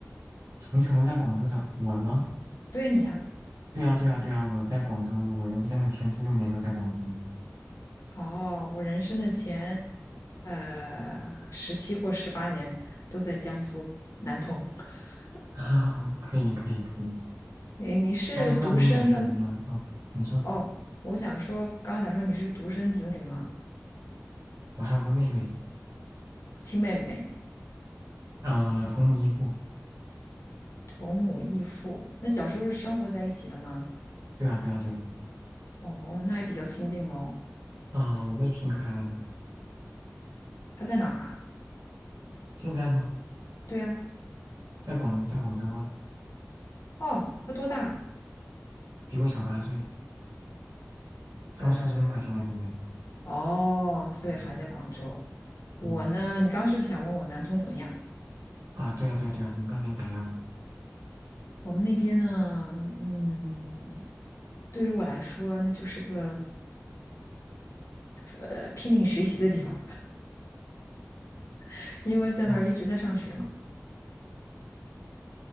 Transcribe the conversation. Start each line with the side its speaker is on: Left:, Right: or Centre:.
Right: 从小都在广州长。我吗？
Left: 对啊你啊，
Right: 对呀，对呀，对呀，我在广州，我人生的前十六年都在广州。<laughs>
Left: 哦，我人生的前呃十七或十八年都在江苏南通。<laughs>
Right: 哈哈，可以，可以，可以。
Left: 诶，你是独生的？
Right: 江苏那边感觉怎么样？嗯，你说，
Left: 哦，我想说，刚刚想说你是独生子女吗？
Right: 我还有个妹妹，
Left: 亲妹妹，
Right: 呃，同母异父。
Left: 同母异父。那小时候是生活在一起的吗？
Right: 对啊，对啊，对啊。
Left: 哦，那还比较亲近哦。
Right: 嗯、我妹挺可爱的。
Left: 他在哪儿啊？
Right: 现在吗？
Left: 对呀、
Right: 在广，在广州啊，
Left: 哦，他多大啊？
Right: 比我小八岁，上初中吧，
Left: 呃，
Right: 现在正在。
Left: 哦，所以还在广州。
Right: 嗯
Left: 我呢，
Right: 嗯
Left: 你刚是不是想问我南通怎么样？
Right: 啊，对啊，对啊，对啊，你那边咋样？
Left: 我们那边呢，嗯，对于我来说，那就是个呃拼命学习的地方，<laughs> 因为在那儿一直在上学嘛，
Right: 哦